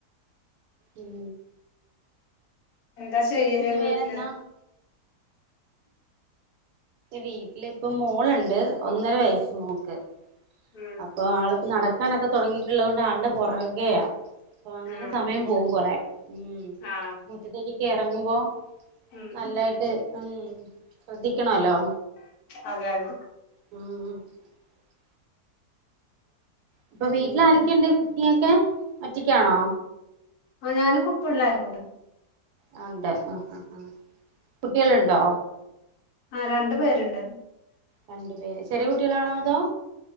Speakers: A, on the right; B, on the left.
A: ഉം
B: എന്താ ചെയ്യല്
A: പിന്നെ
B: വീട്ടില്
A: വേറെന്നാ വീട്ടിലിപ്പൊ മോളുണ്ട് ഒന്നര വയസ്സ് മോൾക്ക്
B: ഉം
A: അപ്പൊ ആളിപ്പോ നടക്കാനൊക്കെ തുടങ്ങിയിട്ടുള്ളത് കൊണ്ട് ആളുടെ പുറകെയാ. അപ്പൊ അങ്ങനെ
B: ഉം
A: സമയം
B: ഉം
A: പോകും കുറേ മ്
B: ആ
A: മുറ്റത്തേക്കൊക്കെ ഇറങ്ങുമ്പോ
B: ഉം
A: നല്ലായിട്ട്
B: ഉം
A: ഉം ശ്രദ്ധിക്കണല്ലോ
B: അതെ അതെ
A: ഉം ഇപ്പൊ വീട്ടില്
B: പിന്നെ
A: ആരൊക്കെയുണ്ട് കുക്കിങ് ഒക്കെ ഒറ്റക്കാണോ?
B: ഞാനും പിള്ളാരും ഉണ്ട്
A: ആ ഉണ്ട് ആഹ് ആഹ് ആഹ് കുട്ടികളുണ്ടോ?
B: ആ രണ്ടു പേരുണ്ട്.
A: രണ്ടു പേര് ചെറിയ കുട്ടികളാണോ അതോ?